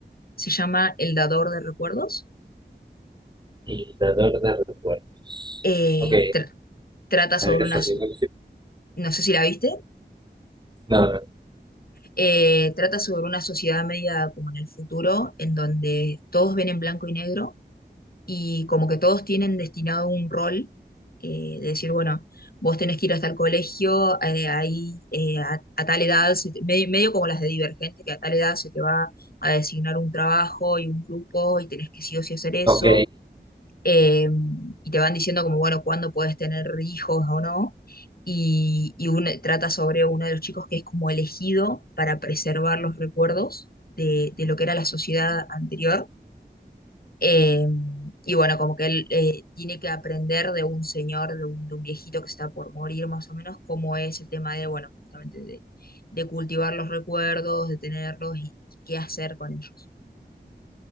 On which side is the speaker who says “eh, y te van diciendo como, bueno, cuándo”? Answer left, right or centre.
Left